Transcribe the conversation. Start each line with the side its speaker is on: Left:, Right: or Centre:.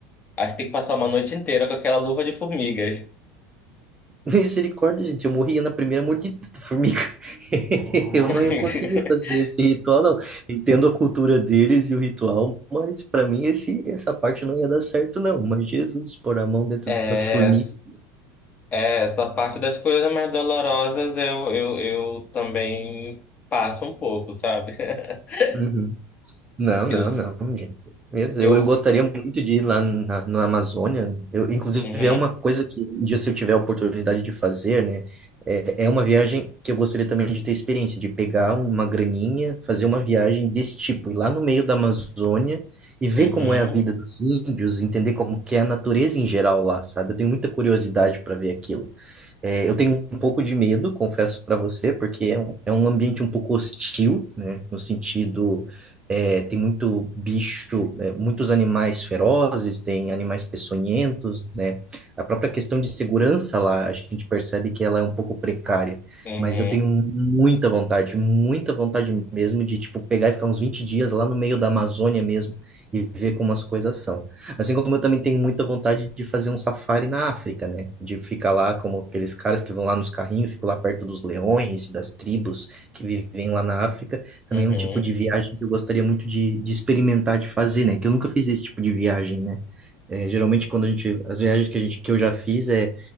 Left: Acho que tem que passar uma noite inteira com aquela luva de formigas.
Right: <laughs> Misericórdia, gente, eu morria na primeira mordida da formiga. <laughs> Eu
Left: <laughs>
Right: não ia conseguir fazer esse ritual, não. Entendo a cultura deles e o ritual, mas para mim esse, essa parte não ia dar certo, não. Mas Jesus, pôr a mão dentro
Left: É.
Right: das formigas.
Left: É, essa parte das coisas mais dolorosas eu, eu, eu também passo um pouco, sabe? <laughs>
Right: Uhum. Não, não,
Left: Eu,
Right: não, gente. Meu Deus,
Left: eu,
Right: Eu, eu gostaria muito de ir lá na, na Amazônia. Eu, inclusive,
Left: uhum,
Right: é uma coisa que, um dia, se eu tiver a oportunidade de fazer, né? É, é uma viagem que eu gostaria também de ter experiência, de pegar uma graninha, fazer uma viagem desse tipo, ir lá no meio da Amazônia e ver
Left: uhum,
Right: como é a vida dos índios, entender como que é a natureza em geral lá, sabe? Eu tenho muita curiosidade para ver aquilo. É, eu tenho um pouco de medo, confesso para você, porque é um, é um ambiente um pouco hostil, né? No sentido, é, tem muito bicho, é, muitos animais ferozes, tem animais peçonhentos, né? A própria questão de segurança lá, a gente percebe que ela é um pouco precária,
Left: uhum,
Right: mas eu tenho muita vontade, muita vontade mesmo de, tipo, pegar e ficar uns 20 dias lá no meio da Amazônia mesmo e ver como as coisas são. Assim como eu também tenho muita vontade de fazer um safari na África, né? De ficar lá como aqueles caras que vão lá nos carrinhos, ficam lá perto dos leões e das tribos que vivem lá na África. Também
Left: uhum,
Right: é um tipo de viagem que eu gostaria muito de, de experimentar, de fazer, né? Que eu nunca fiz esse tipo de viagem, né? É, geralmente quando a gente, as viagens que a gente, que eu já fiz é